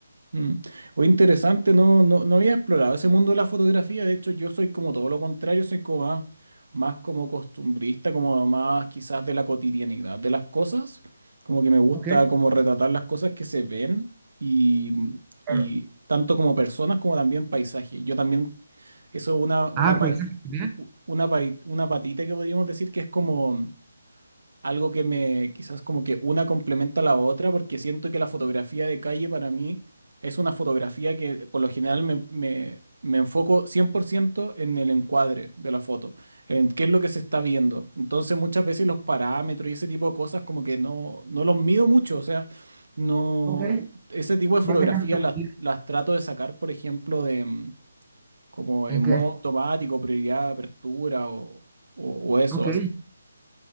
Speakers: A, on the right (about 85°); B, on the right (about 15°).
A: Mm. O interesante, no, no, no había explorado ese mundo de la fotografía. De hecho, yo soy como todo lo contrario, soy como más, más como costumbrista, como más quizás de la cotidianidad de las cosas. Como que me gusta
B: Ok,
A: como retratar las cosas que se ven y, y
B: Claro.
A: tanto como personas como también paisajes. Yo también, eso es una, una,
B: Ah,
A: pa-
B: paisaje general.
A: u- una, pai- una patita que podríamos decir que es como algo que me quizás como que una complementa a la otra, porque siento que la fotografía de calle para mí es una fotografía que por lo general me, me- me enfoco 100% en el encuadre de la foto, en qué es lo que se está viendo. Entonces muchas veces los parámetros y ese tipo de cosas como que no, no los mido mucho, o sea, no,
B: ok.
A: ese tipo de fotografía
B: Vas dejando esta
A: las,
B: partida.
A: las trato de sacar, por ejemplo, de mm, como
B: ¿En
A: en modo
B: qué?
A: automático, prioridad de apertura o, o, o eso
B: Ok.
A: así.